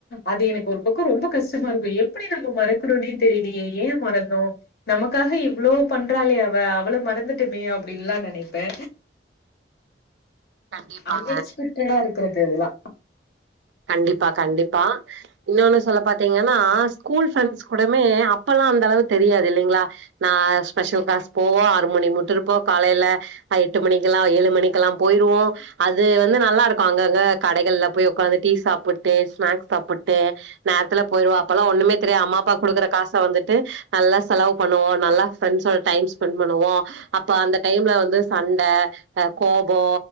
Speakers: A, on the left; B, on the right.
A: அது எனக்கு ஒரு பக்கோ ரொம்ப கஷ் ட்டமா இருக்கு எப்புடி நம்ம மறக்கறோம்னே தெரியலையே ஏ மறந்தோ நமக்காக இவ்ளோ பண்றாலே அவ அவள மறந்துட்டோமே அப்டின்ல்லா நெனப்பே
B: கண்டிப்பாங்க
A: அன்எக்ஸ்பெக்டடா இருக்கறது இதெல்லா
B: கண்டிப்பா கண்டிப்பா இன்னோன்னு சொல்ல பாத்தீங்கன்னா ஸ்கூல் ஃப்ரெண்ட்ஸ் கூடமே அப்பெல்லா அந்த அளவு தெரியாது இல்லைங்ளா நா ஸ்பெஷல் கிளாஸ் போவோ ஆறு மணி மட்டு இருப்போ காலேயில எட்டு மணிக்கெல்லா ஏழு மணிக்கெல்லா போயிருவோ அது வந்து நல்லா இருக்கும் அங்கங்க கடைகள்ல போய் உக்காந்து டீ சாப்புட்டு ஸ்நாக்ஸ் சாப்புட்டு நேரத்துல போயிருவோ அப்பல்லா ஒன்னுமே தெரியாது அம்மா அப்பாக்குடுக்குற காச வந்துட்டு நல்லா செலவு பண்ணுவோ நல்லா ஃப்ரெண்ட்ஸோட டைம் ஸ்பெண்ட் பண்ணுவோ அப்ப அந்த டைம்ல வந்து சண்ட அ கோபோ